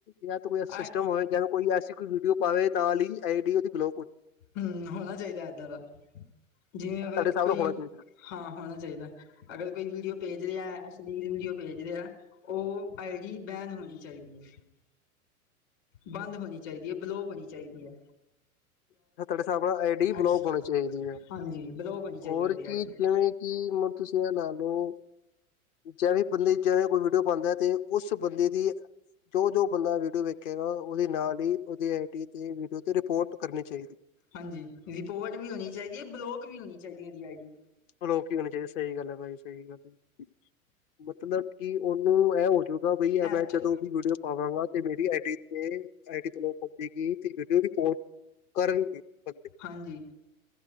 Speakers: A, on the left; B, on the left.
A: ਜਾਂ ਤੇ ਕੋਈ
B: ਆ
A: ਸਿਸਟਮ ਹੋਵੇ ਜੇਂਵੇ ਕੋਈ ਐਸੀ ਕੋਈ ਵੀਡੀਓ ਪਾਵੇ, ਨਾਲ ਈ ਆਈ ਡੀ ਉਹਦੀ ਬਲੋਕ ਹੋ ਜਾਵੇ।
B: ਹਂ, ਹੋਣਾ ਚਾਹੀਦਾ ਏਦਾਂ ਦਾ, ਜਿਵੇਂ ਅਗਰ
A: ਤੁਹਾਡੇ ਹਿਸਾਬ
B: ਕੋਈ
A: ਨਾਲ ਹੋਣਾ ਚਾਹੀਦਾ
B: ਹਾਂ ਹੋਣਾ ਚਾਈਦਾ। ਅਗਰ ਕੋਈ ਵੀਡੀਓ ਭੇਜ ਰਿਹਾ, ਅਸ਼ਲੀਲ ਵੀਡੀਓ ਭੇਜ ਰਿਆ ਉਹ ਆਈ ਡੀ ਬੈਨ ਹੋਣੀ ਚਾਈਦੀ ਐ। ਬੰਦ ਹੋਣੀ ਚਾਈਦੀ ਐ। ਬਲੋਕ ਹੋਣੀ ਚਾਈਦੀ ਐ।
A: ਇਹ ਤੁਹਾਡੇ ਹਿਸਾਬ ਨਾਲ ਆਈ ਡੀ
B: ਐਕਸ
A: ਬਲੋਕ ਹੋਣੀ ਚਾਈਦੀ ਐ।
B: ਹਾਂਜੀ ਬਲੋਕ ਹੋਣੀ ਚਾਹੀਦੀ
A: ਹੋਰ
B: ਉਹਦੀ
A: ਕੀ
B: ਆਈ ਡੀ
A: ਜੇ ਕੀ ਮਨੂ ਤੁਸੀਂ ਇਹ ਲਾ ਲੋ ਲਓ। ਜਿਵੇਂ ਬੰਦੇ ਜਿਵੇਂ ਕੋਈ ਵੀਡੀਓ ਪਾਉਂਦਾ ਤੇ ਉਸ ਬੰਦੇ ਦੀ। ਜੋ ਜੋ ਬੰਦਾ ਵੀਡੀਓ ਵੇਖੇਗਾ ਉਹਦੇ ਨਾਲ ਹੀ ਉਹਦੀ ਆਈ ਡੀ ਤੇ, ਵੀਡੀਓ ਤੇ ਰਿਪੋਰਟ ਕਰਨੀ ਚਾਈਦੀ।
B: ਹਾਂਜੀ ਰਿਪੋਰਟ ਵੀ ਹੋਣੀ ਚਾਈਦੀ ਐ, ਬਲੋਕ ਵੀ ਹੋਣੀ ਚਾਈਦੀ ਏ ਉਹਦੀ ਆਈ ਡੀ।
A: ਬਲੋਕ ਹੀ ਹੋਣੀ ਚਾਈਦੀ ਐ। ਸਹੀ ਗੱਲ ਐ ਭਾਜੀ ਸਹੀ ਗੱਲ ਐ। ਮਤਲਬ ਕਿ ਉਹਨੂੰ ਇਹ ਹੋਜੂ ਬੲਈ
B: ਐਥੋਂ
A: ਮੈਂ ਜਦੋਂ ਵੀ ਵੀਡੀਓ ਪਾਵਾਂਗਾ ਤੇ ਮੇਰੀ ਆਈ ਡੀ ਤੇ ਆਈ ਡੀ ਬਲਾਕ ਹੋ ਗੀ ਵੀਡੀਓ ਰਿਪੋਰਟ ਕਰਨਗੇ ਬੰਦੇ
B: ਹਾਂਜੀ।